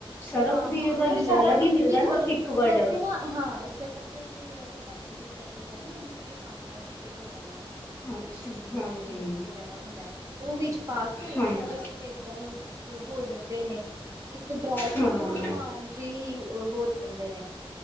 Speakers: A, on the left; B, on the right.
A: ਸਰਫ
B: ਹਾਂ
A: ਵੀ
B: ਹਾਂ ਹਾਂ
A: ਇਹਦਾ
B: ਮਤਲਬ
A: ਲੀਲ
B: ਸਾਰਾ
A: ਆਲਾ
B: ਕੁਛ
A: ਈ ਮਿਲਦਾ
B: ਵਿੱਚ
A: ਨਾ
B: ਮਤਲਬ
A: ਲਿਕਵਡ
B: ਵੈਸੇ ਨਾ ਹਾਂ ਸਿਰਫ ਤੇ ਵੈਸੇ ਘੱਟ ਹੀ ਯੂਜ ਕਰਦੀ ਹਾਂ ਮੈਂ ਵੀ ਲਿਕਵਡ ਪਾਉਣੀ ਹਾਂ ਕੱਪੜੇ ਧੋਣ ਵਾਲਾ ਆ ਤੇ
A: ਅੱਛਾ
B: ਉਹ ਜਿਹੜਾ
A: ਹਾਂਜੀ
B: ਈਸਟ ਵਗੈਰਾ ਹੁੰਦਾ ਐ ਉਹ ਵਿੱਚ ਪਾ ਕੇ
A: ਹਾਂਜੀ
B: ਸਾਰੇ ਕਪੜੇ ਏਦਾਂ ਈ ਹੋ ਜਾਂਦੇ ਨੇ ਇੱਕ ਡਰਾਇ
A: ਹਾਂ
B: ਤੇ ਘੁਮਾਨ ਚੀ ਹੋ ਜਾਂਦੇ ਨੇ